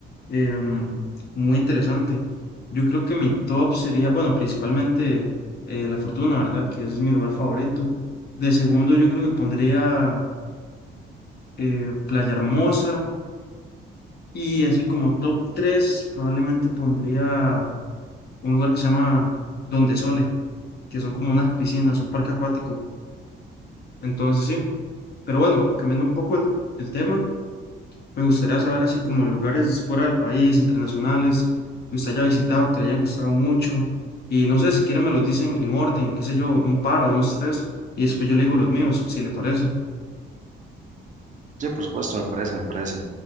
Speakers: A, on the left; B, on the right.
A: em, muy interesante. Yo creo que mi top sería, bueno, principalmente eh, La Fortuna, ¿verdad? Que es mi lugar favorito. De segundo, yo creo que pondría eh, Playa Hermosa. Y así como top 3 probablemente pondría un lugar que se llama Donde Sole, que son como unas piscinas, un parque acuático. Entonces sí, pero bueno, cambiando un poco el, el tema, me gustaría saber así como lugares fuera del país, internacionales, que usted haya visitado, que le hayan gustado mucho. Y no sé, si quieren me los dicen en orden, qué sé yo, un par o unos tres, y después yo le digo los míos, si le parece.
B: Sí, por supuesto, me parece, me parece.